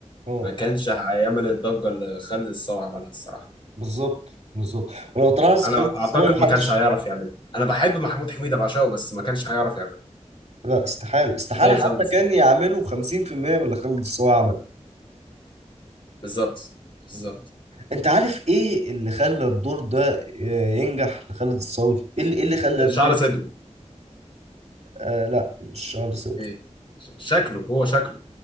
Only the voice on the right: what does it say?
اه
بالظبط بالظبط ولو تلاحظ
خالد الصاوي
محدش
لا استحالة استحالة
حتى
كان يعملوا 50% من اللي خالد الصاوي عمله
انت عارف ايه اللي خلى الدور ده آه، ينجح لخالد الصاوي ايه اللي إيه اللي خلى الدور
آه لا مش شعر صدره